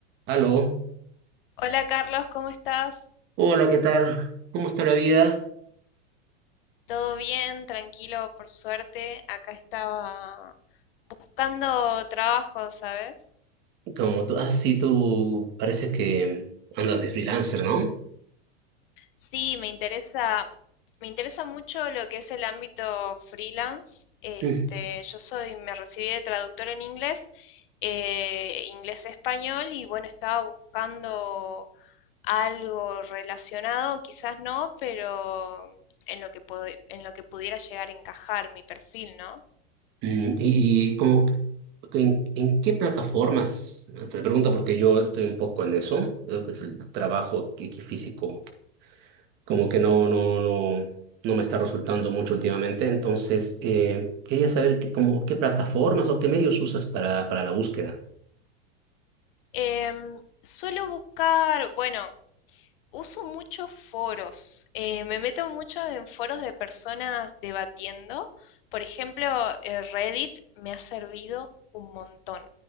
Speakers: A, on the right; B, on the left.
A: Aló,
B: Hola Carlos, ¿cómo estás?
A: hola, ¿qué tal? ¿Cómo está la vida?
B: ¿Todo bien? Tranquilo, por suerte. Acá estaba buscando trabajo, ¿sabes?
A: Como tú, ah, sí, tú parece que andas de freelancer, ¿no?
B: Sí, me interesa, me interesa mucho lo que es el ámbito freelance. Este,
A: Mm,
B: yo soy, me recibí de traductora en inglés, eh, inglés-español, y bueno, estaba buscando algo relacionado, quizás no, pero en lo que pod- en lo que pudiera llegar a encajar mi perfil, ¿no?
A: mm, Y, y como, ¿en, en qué plataformas? Ah, Te pregunto porque yo estoy un poco en eso, creo que es el trabajo que- que físico, como que no, no, no, no me está resultando mucho últimamente, entonces eh, quería saber que, como, qué plataformas o qué medios usas para, para la búsqueda.
B: Em, suelo buscar, bueno, uso muchos foros, eh, me meto mucho en foros de personas debatiendo. Por ejemplo, eh, Reddit me ha servido un montón,